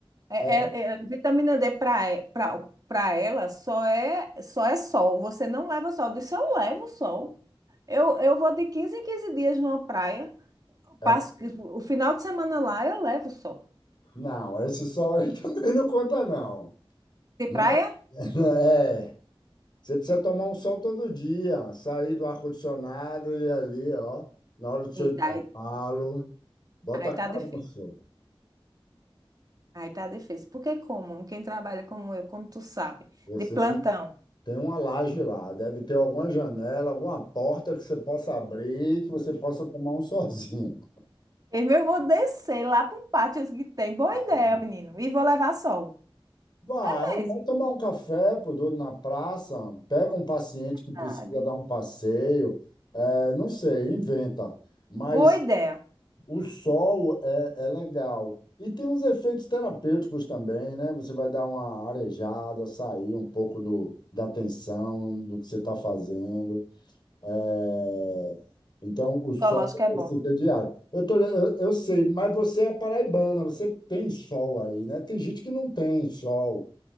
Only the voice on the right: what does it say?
É,
é- é- vitamina D para ela só é, só é sol. Você não leva sol. Eu disse, eu levo sol. Eu, eu vou de 15 em 15 dias numa praia.
Passo
o final de semana lá, eu levo sol.
De
praia?
Eita,
aí,
aí
tá
difícil.
Aí tá difícil. Porque como? Quem trabalha como eu, como tu sabe,
de plantão.
Eu mesmo vou descer lá para um pátio que tem. Boa
ideia, menino. E vou levar sol.
É Mesmo.
Verdade.
Boa ideia.
Ecológico é bom.